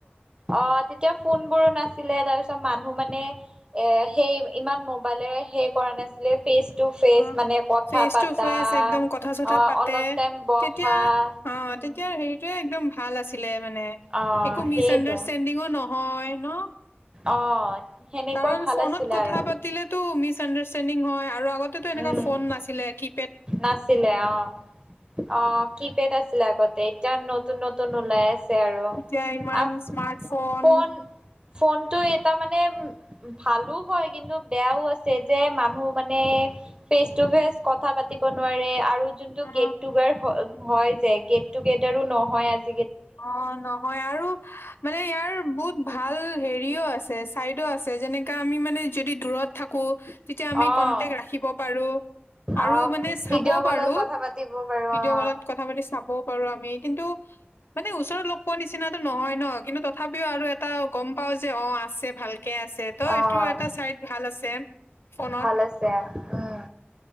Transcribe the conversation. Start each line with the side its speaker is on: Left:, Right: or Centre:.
Right: অ' তেতিয়া ফোন বোৰো নাছিলে। তাৰপিছত মানুহ মানে এ সেই ইমান মোবাইলেৰে সেই কৰা নাছিলে ফেচ টু ফেচ
Left: অ'
Right: মানে কথা
Left: ফেচ
Right: পাতা,
Left: টু ফেচ একদম কথা চথা
Right: অ'
Left: পাতে।
Right: অলপ টাইম বহা।
Left: তেতিয়া অ'
Right: উম,
Left: তেতিয়া হেৰিটোয়ে একদম ভাল আছিলে মানে।
Right: অ',
Left: একো মিচ
Right: সেইটো
Left: আণ্ডাৰষ্টেণ্ডিং নহয় ন।
Right: অ', সেনেকুৱা
Left: কাৰণ
Right: ভাল
Left: ফোনত
Right: আছিলে
Left: কথা
Right: আৰু
Left: পাতিলে তো মিচআণ্ডাৰষ্টেণ্ডিং চেন্দিং হয় আৰু আগতেতো এনেকুৱা
Right: উম,
Left: ফোন নাছিলে কি
Right: নাছিলে অ', অ', কিপেড আছিলে আগতে এ যাৰ নতুন-নতুন ওলাই আছে তে আৰু
Left: এতিয়া ইমান
Right: আপ
Left: স্মাৰ্টফোন
Right: ফোন-ফোনটো এটা মানে <unintelligible> ভালো হয় কিন্তু বেয়াও আছে যে মানুহ মানে ফেচ টু ফেচ ফেচ কথা পাত পাতিব নোৱাৰে আৰু যোনটো
Left: অ
Right: গেট টুগ হয় যে গেট টুগেডাৰো নহয় আজি
Left: অ, নহয় আৰু মানে ইয়াৰ বহুত ভাল হেৰিও আছে চাইদো আছে যেনেকা আমি মানে যদি দূৰত থাকো তেতিয়া আমি
Right: অঁ
Left: কন্টেক্ট ৰাখিব পাৰোঁ আৰু
Right: অঁ
Left: মানে চাব
Right: ভিডিঅ' কলত
Left: পাৰো
Right: কথা পাতিব পাৰোঁ
Left: ভিডিঅ'
Right: অঁ
Left: কলত কথা পাতি চাবও পাৰো আমি কিন্তু মানে ওচৰত লগ পোৱা নিচিনাটো নহয় ন' কিন্তু তথা তথাপিও আৰু এটা গম পাও যে অ, আছে ভালকে আছে ত'এইটো
Right: অঁ
Left: এটা চাইড ভাল আছে ফোনত
Right: ভাল আছে উম